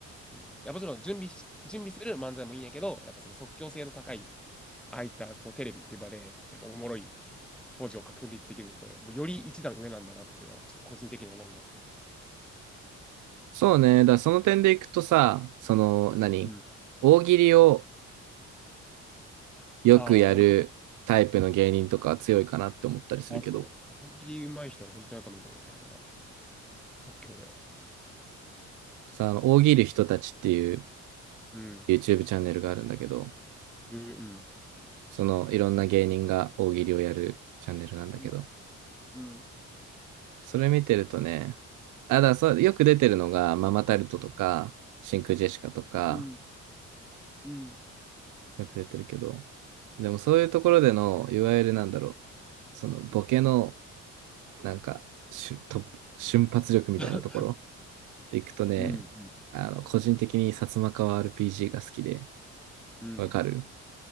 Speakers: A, in the centre; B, on the right.
A: うん、いや、もちろん準備し、準備する漫才もいいんやけど、やっぱその即興性の高い、ああいったこうテレビっていう場で、やっぱおもろい工事を確立できるのって、もうより一段上なんだなっていうのは、ちょっと個人的に思いますね。
B: そうね。だからその点でいくとさ、その、何大喜利を
A: うん。
B: よくやるタイプの芸人とかは強いかなって思ったりするけど、
A: ああ、あ、そう。大喜利上手い人は本当に頭いいと思うね、あれは。即興で。
B: さ、あの、大喜利人たちっていう
A: うん。
B: YouTube チャンネルがあるんだけど、
A: うん。
B: その、いろんな芸人が大喜利をやるチャンネルなんだけど、
A: うん。うん。
B: それ見てるとね、あ、だからそう、よく出てるのが、ママタルトとか、真空ジェシカとか、
A: うん。うん。うん。
B: よく出てるけど、でもそういうところでの、いわゆるなんだろう、そのボケの、なんか、しゅ、と、瞬発力みたいなところ
A: <laughs>
B: でいくとね、
A: うん。
B: あの、個人的に薩摩川 RPG が好きで、
A: うん
B: わかる